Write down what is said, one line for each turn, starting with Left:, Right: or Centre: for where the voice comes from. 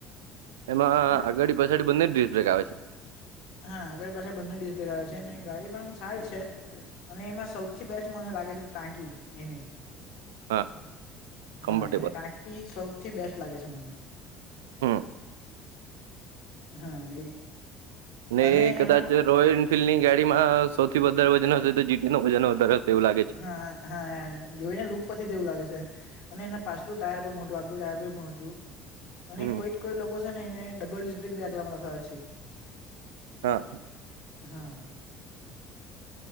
Right: એમાં
Left: અને
Right: આગાડી પછાડી બંને જ ડિસ્ બ્રેક આવે છે
Left: હા આગળ પછાડ બંને ડિસ્પ્લે ખા છે ગાડી પણ આમ સારી છે અને એમાં સૌથી બેસ્ટ મને લાગે છે ટાંકી એની
Right: હા કમ્ફર્ટેબલ
Left: હા એને ટાંકી સૌથી બેસ્ટ લાગે છે મને
Right: હમ
Left: હા એ
Right: ને
Left: અને
Right: એ કદાચ
Left: એમાં
Right: રોયલ એનફિલ્ડ ની ગાડીમાં સૌથી વધારે વજન હશે તો જીટી નું વજન વધારે હશે એવું લાગે છે
Left: હા હા જોઈ ને લુક પછી તેવું લાગે છે અને એના પાછલું ટાયર પણ મોટું આગલું ટાયર બી મોટું અને
Right: હમ
Left: કોઈક કોઈ લોકો છે ને એને ડબલ ડિસ્ક બ્રેક બી આગલામાં લખાવે છે
Right: હ
Left: હા